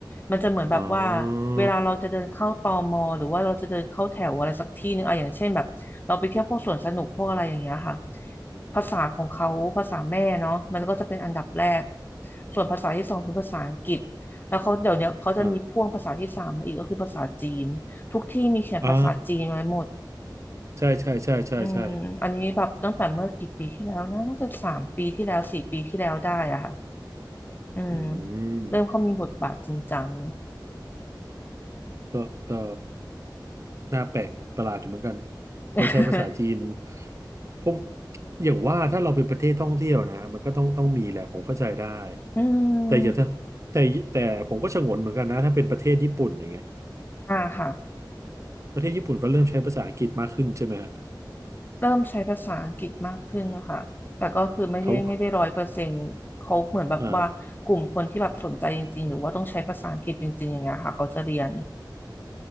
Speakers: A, on the left; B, on the right.
A: มันจะเหมือนแบบว่า
B: อ๋อ
A: เวลาเราจะเดินเข้าตมหรือว่าเราจะเดินเข้าแถวอะไรสักที่หนึ่งอะอย่างเช่นแบบเราไปเที่ยวพวกสวนสนุกพวกอะไรอย่างเงี้ยค่ะภาษาของเขาภาษาแม่เนาะมันก็จะเป็นอันดับแรก ส่วนภาษาที่สองคือภาษาอังกฤษแล้วเขาเดี๋ยวเนี้ยเขาจะมีพ่วงภาษาที่สามมาอีกก็คือภาษาจีนทุกที่มีเขียนภาษาจีนไว้หมด
B: อ่าอ่าใช่ใช่ใช่ใช่ใช่
A: อืมอันนี้แบบตั้งแต่เมื่อกี่ปีที่แล้วนะน่าจะสามปีที่แล้วสี่ปีที่แล้วได้อะค่ะอืม
B: อืม
A: เริ่มเขามีบทบาทจริงจัง
B: ก็ก็ น่าแปลกประหลาดอยู่เหมือนกันเพราะใช้ภาษาจีน
A: <laughs>
B: พบอย่างว่าถ้าเราเป็นประเทศท่องเที่ยวนะมันก็ต้องต้องมีแหละผมเข้าใจได้
A: อื
B: แต่อย่าถ้าแต่แต่ผมก็ฉงนเหมือนกันนะถ้าเป็นประเทศญี่ปุ่นอย่างเงี้ย
A: มอ่าค่ะ
B: ประเทศญี่ปุ่นก็เริ่มใช้ภาษาอังกฤษมากขึ้นใช่ไหมฮะ
A: เริ่มใช้ภาษาอังกฤษมากขึ้นค่ะแต่ก็คือไม่ได้ไม่ได้ร้อยเปอร์เซ็นต์เขาเหมือนแบบว่ากลุ่มคนที่แบบสนใจจริงๆหรือว่าต้องใช้ภาษาอังกฤษจริงๆอย่างเงี้ยค่ะเขาจะเรียน
B: เขาอ่า